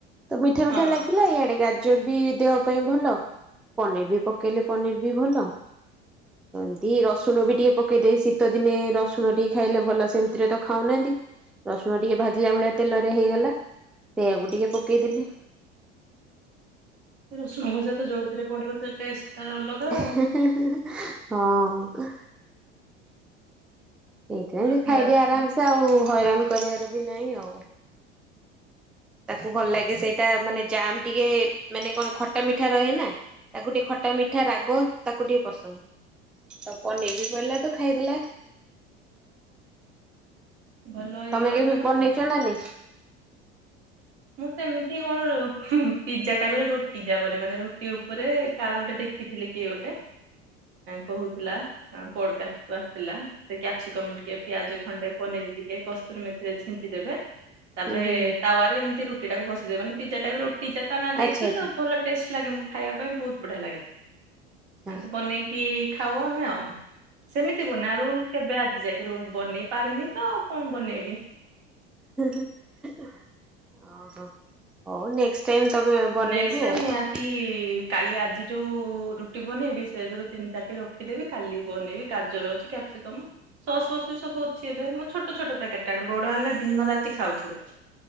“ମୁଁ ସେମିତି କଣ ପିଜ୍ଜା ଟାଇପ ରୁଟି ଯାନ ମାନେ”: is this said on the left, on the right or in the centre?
Right